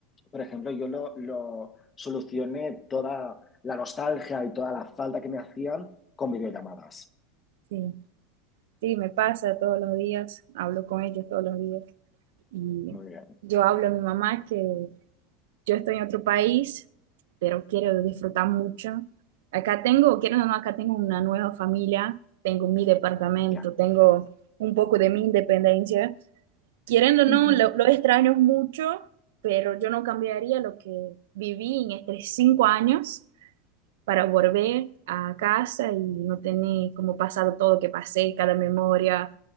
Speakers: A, on the left; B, on the right.
A: por ejemplo, yo lo, lo solucioné toda la nostalgia y toda la falta que me hacían con videollamadas.
B: sí, sí, me pasa todos los días, hablo con ellos todos los días. Y
A: Muy bien,
B: yo hablo a mi mamá que Yo estoy en otro país, pero quiero disfrutar mucho. Acá tengo, quiero o no, acá tengo una nueva familia, tengo mi departamento,
A: claro.
B: tengo un poco de mi independencia. Queriendo o no,
A: Ujú,
B: lo, lo extraño mucho, pero yo no cambiaría lo que viví en estos cinco años para volver a casa y no tener como pasado todo lo que pasé, cada memoria,